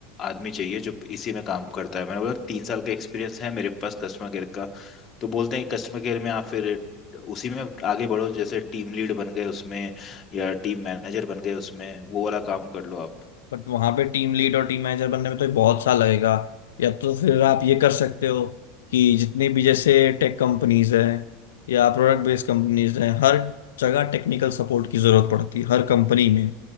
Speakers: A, on the left; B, on the left.
A: आदमी चाहिए जो इसी में काम करता है मैंने बोला तीन साल का एक्सपीरियंस है मेरे पास कस्टमर केयर का तो बोलते हैं कस्टमर केयर में आप फिर उसी में आगे बढ़ो जैसे टीम लीड बन गए उसमें या टीम मैनेजर बन गए उसमें वो वाला काम कर लो आप
B: बट वहां पे टीम लीड और टीम मैनेजर बनने में तो बहुत साल लगेगा या तो फिर आप ये कर सकते हो कि जितनी भी जैसे टेक कंपनीज हैं या प्रोडक्ट बेस्ड कंपनीज हैं हर जगह टेक्निकल सपोर्ट की जरूरत पड़ती है हर कंपनी में